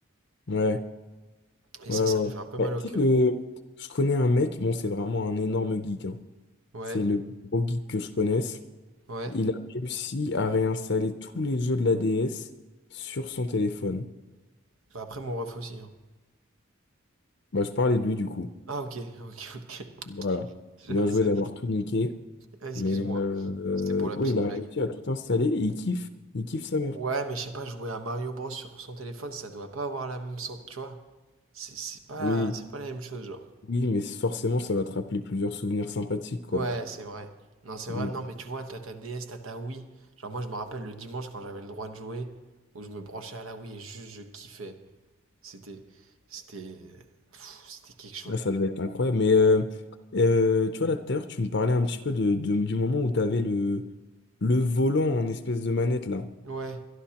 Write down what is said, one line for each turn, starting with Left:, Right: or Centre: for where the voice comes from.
Left: Ouais,
Right: Et
Left: ouais,
Right: ça,
Left: ouais.
Right: ça
Left: ouais.
Right: me fait un peu mal
Left: Bah,
Right: au
Left: tu
Right: cœur.
Left: sais que je connais un mec, bon, c'est vraiment un énorme geek, hein.
Right: Ouais,
Left: C'est le plus gros geek que je connaisse.
Right: ouais.
Left: Il a réussi à réinstaller tous les jeux de la DS sur son téléphone.
Right: Bah, après, mon ref aussi. hein.
Left: Bah, je parlais de lui du coup.
Right: Ah, ok, ok, ok.
Left: Voilà.
Right: <laughs> J'avais
Left: Bien joué
Right: ça.
Left: d'avoir tout niqué.
Right: Ah, excuse-moi.
Left: Mais euh, euh,
Right: C'était pour la
Left: oui,
Right: petite
Left: il a
Right: blague.
Left: réussi à tout installer et il kiffe. Il kiffe sa mère.
Right: Ouais, mais je sais pas, jouer à Mario Bros sur son téléphone, ça doit pas avoir la même sens, tu vois. C'est c'est pas,
Left: Oui,
Right: c'est pas la même chose, genre.
Left: oui, mais forcément, ça va te rappeler plusieurs souvenirs sympathiques, quoi.
Right: Ouais, c'est vrai. Non, c'est
Left: Mm.
Right: vrai, non, mais tu vois, t'as ta DS, t'as ta Wii. Genre, moi, je me rappelle le dimanche quand j'avais le droit de jouer, où je me branchais à la Wii et juste je kiffais. C'était, c'était, pff, c'était quelque chose.
Left: Ah, ça devait être incroyable. Mais euh, euh, tu vois, là, tout à l'heure, tu me parlais un petit peu de, de- du moment où tu avais le, le volant en espèce de manette, là.
Right: Ouais,